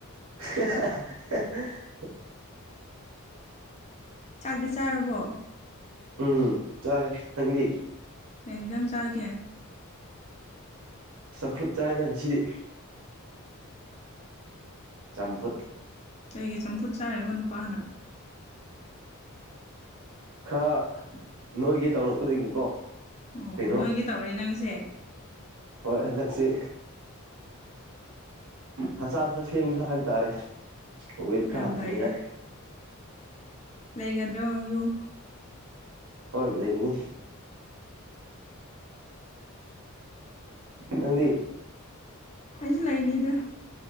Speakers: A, on the right; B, on the left.
A: <unintelligible>
B: ꯆꯥꯛꯇꯤ ꯆꯥꯔꯕꯣ
A: ꯎꯝ ꯆꯥꯔꯦ ꯅꯪꯗꯤ
B: ꯀꯖꯪ ꯆꯒꯦ
A: ꯆꯝꯐꯨꯠ ꯆꯥꯏꯗꯪ ꯁꯤꯗꯤ ꯆꯝꯐꯨꯠ
B: ꯀꯩꯒꯤ ꯆꯝꯐꯨꯠ ꯆꯥꯔꯤꯕ ꯅꯨꯄꯥꯅ
A: ꯈꯔ ꯅꯣꯏꯒꯤ ꯇꯧꯔꯛꯄꯗꯒꯤꯀꯣ
B: ꯑꯣ
A: ꯀꯩꯅꯣ
B: ꯅꯣꯏꯒꯤ ꯇꯧꯔꯦ ꯅꯪꯁꯦ
A: ꯍꯣꯏ ꯍꯟꯗꯛꯁꯤ ꯍꯛꯆꯥꯡ ꯈꯔ ꯁꯦꯝꯕꯁꯨ ꯍꯥꯏꯕ ꯇꯥꯔꯦ ꯋꯦ ꯈꯔ
B: ꯌꯥꯝ
A: ꯍꯟꯊꯅꯤꯡꯉꯥꯏ
B: ꯐꯩꯌꯦ ꯂꯩꯒꯗ꯭ꯔꯣ ꯌꯨꯝ
A: ꯇꯧ ꯏꯠ ꯂꯩꯒꯅꯤ ꯅꯪꯗꯤ
B: ꯑꯩꯁꯨ ꯂꯩꯅꯤꯗ